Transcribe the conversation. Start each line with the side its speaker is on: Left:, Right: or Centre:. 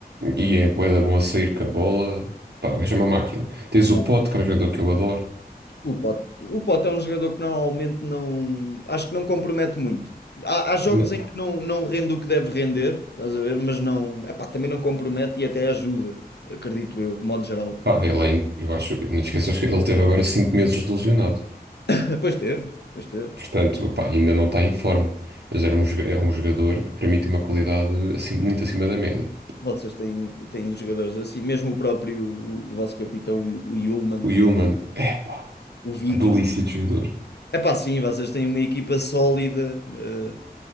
Right: E é bué da bom a sair com a bola, pá, o gajo é uma máquina. Tens
Left: Não.
Right: o Pote, que é um jogador que eu adoro.
Left: O Pote, o Pote é um jogador que normalmente não. Acho que não compromete muito. Há, há jogos
Right: Não.
Left: em que não, não rende o que deve render, estás a ver? Mas não. Epá, também não compromete e até ajuda, acredito eu, de modo geral.
Right: Pá, ele é, in- eu acho, não te esqueças que ele teve agora 5 meses de lesionado.
Left: <laughs> Pois teve, pois teve.
Right: Portanto, pá, ainda não está em forma. Mas era um, joga- é um jogador que para mim tem uma qualidade assim, muito acima da média.
Left: Vocês têm, têm jogadores assim, mesmo o próprio, o, o vosso capitão, o, o Hjulmand,
Right: O Yulman, epá,
Left: o Viking.
Right: que delícia de jogador.
Left: Epá, sim, vocês têm uma equipa sólida. eh,